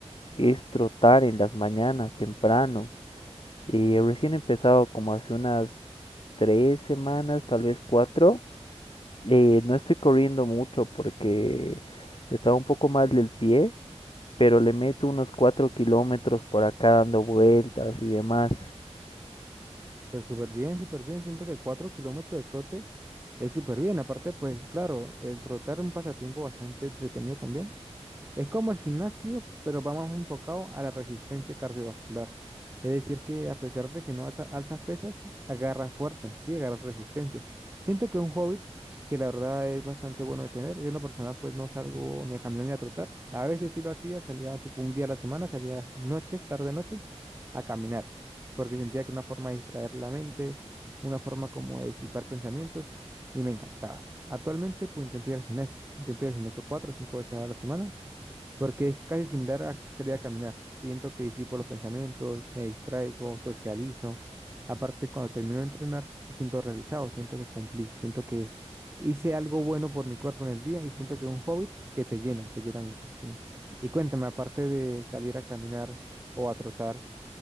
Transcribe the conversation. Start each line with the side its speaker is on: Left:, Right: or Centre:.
Left: es trotar en las mañanas temprano. Eh, recién he empezado como hace unas tres semanas, tal vez cuatro. Eh, no estoy corriendo mucho porque estaba un poco mal del pie, pero le meto unos cuatro kilómetros por acá dando vueltas y demás.
Right: Pues súper bien, súper bien. Siento que cuatro kilómetros de trote es súper bien. Aparte, pues claro, el trotar es un pasatiempo bastante entretenido también. Es como el gimnasio, pero va más enfocado a la resistencia cardiovascular. Es decir, que a pesar de que no alza- alzas pesas, agarras fuerza, sí, agarras resistencia. Siento que es un hobby que la verdad es bastante bueno de tener. Yo en lo personal pues no salgo ni a caminar ni a trotar. A veces sí lo hacía, salía tipo un día a la semana, salía noches, tarde noche, a caminar, porque sentía que era una forma de distraer la mente, una forma como de disipar pensamientos y me encantaba. Actualmente pues intento ir al gimnasio, intento ir al gimnasio cuatro o cinco veces a la semana porque es casi similar a salir a caminar. Siento que disipo los pensamientos, me distraigo, socializo. Aparte, cuando termino de entrenar, siento realizado, siento que cumplí, siento que hice algo bueno por mi cuerpo en el día y siento que es un hobby que te llena, te llena muchísimo. Y cuéntame, aparte de salir a caminar o a trotar,